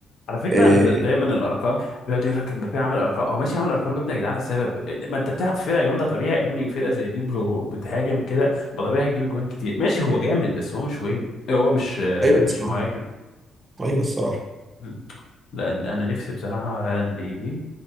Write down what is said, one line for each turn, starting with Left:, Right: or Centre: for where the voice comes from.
Left: على فكره
Right: آه
Left: انا بتضايق من الارقام بيقعد يقول لك امبابي عمل ارقام هو ماشي عمل ارقام جامده يا جدعان السبب ما انت بتلعب في فرقه جامده طبيعي يا ابني فرقه زي دي به- بتهاجم كده ما طبيعي هتجيب جوان كتير ماشي هو جامد بس هو مش وينج إيه، هو مش آه،
Right: ايوه
Left: مش
Right: الصراحة
Left: مهاجم
Right: ايوه الصراحة
Left: مم. لا انا نفسي بصراحه هالاند يجي